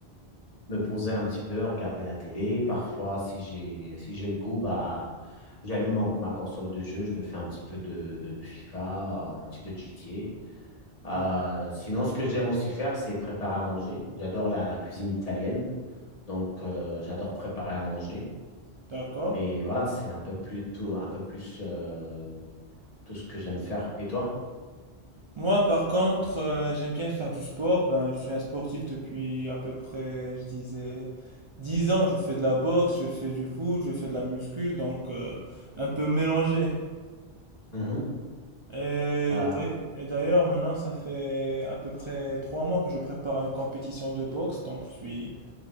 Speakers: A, on the left; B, on the right.
A: me poser un petit peu, regarder la télé. Parfois, si j'ai si j'ai le goût, bah, j'allume mon- ma console de jeu, je me fais un petit peu de, de FIFA, un petit peu de GTA.
B: ouais,
A: Euh, sinon, ce que j'aime aussi faire, c'est préparer à manger. J'adore la cuisine italienne, donc euh, j'adore préparer à manger.
B: d'accord.
A: Et voilà, c'est un peu plus tout, un peu plus euh, tout ce que j'aime faire. Et toi?
B: Moi, par contre, euh, j'aime bien faire du sport. Ben, je suis un sportif depuis à peu près, je disais, 10 ans. Je fais de la boxe, je fais du foot, je fais de la muscu, donc euh, un peu mélangé.
A: Mhm.
B: Et,
A: Ah,
B: et d'ailleurs, maintenant, ça fait à peu près trois mois que je prépare une compétition de boxe, donc je suis,